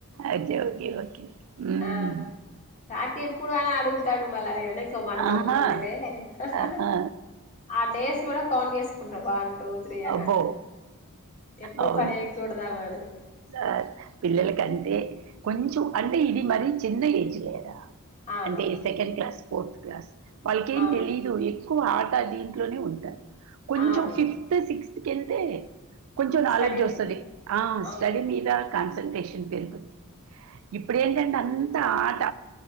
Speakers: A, on the right; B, on the left.
A: ఓకే ఓకే ఓకే మ్మ్.
B: ఆ రాకి ఎప్పుడు అన అడుగుతాడు మళ్ళ నే నా వన్
A: ఆహా
B: మంత్ ఉందిలే హ్
A: ఆహా.
B: హ్ ఆ డేస్ కూడా కౌంట్ చేసుకుంటడు వన్ టూ త్రీ అని
A: అబ్బో
B: అట్లా ఎప్పుడు
A: అవును
B: పడేయకూడదామని
A: సార్ పిల్లలకంటే కొంచెం అంటే ఇది మరి చిన్న ఏజ్ లేదా
B: అవును
A: అంటే సెకండ్ క్లాస్ ఫోర్త్ క్లాస్ వాళ్ళకేం
B: అవును
A: తెలియదు ఎక్కువ ఆట దీంట్లోనే ఉంటారు కొంచెం
B: అవును
A: ఫిఫ్త్ టు సిక్స్త్ వెళ్తే కొంచెం నాలెడ్జ్
B: స్టడీ
A: వస్తుంది
B: మీద
A: ఆ
B: అవును
A: స్టడీ మీద కాన్సన్ట్రేషన్ పెరుగు ఇప్పుడేంటంటే అంత ఆట